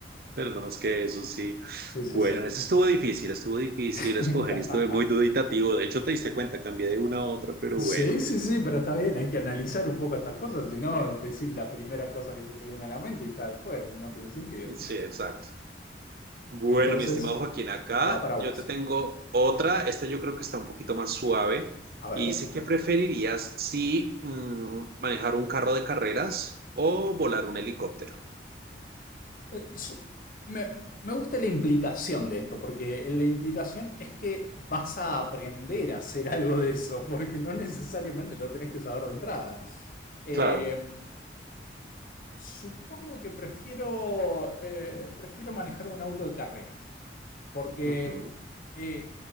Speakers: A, on the right (about 55°); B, on the left (about 50°).
A: Pero no más que eso, sí.
B: Sí,
A: Bueno,
B: sí, sí.
A: eso estuvo difícil, estuvo difícil
B: <laughs>
A: escoger y estuve muy duditativo. De hecho, te diste cuenta, cambié de una a otra, pero
B: Sí,
A: bueno.
B: sí, sí, pero está bien, hay que analizar un poco estas cosas, si no, decir la primera cosa que se te viene a la mente y ya después no tiene sentido.
A: Sí, exacto. Bueno,
B: Entonces,
A: mi estimado Joaquín, acá
B: va para vos.
A: yo te tengo otra. Esta yo creo que está un poquito más suave.
B: A ver,
A: Y dice que preferirías si mm, manejar un carro de carreras o volar un helicóptero.
B: eh, su- me, me gusta la implicación de esto, porque la implicación es que vas a aprender a hacer algo de eso, porque no necesariamente lo tenés que saber de entrada. Eh,
A: Claro.
B: supongo que prefiero, eh, prefiero manejar un auto de carreras. Porque
A: Ujú.
B: eh,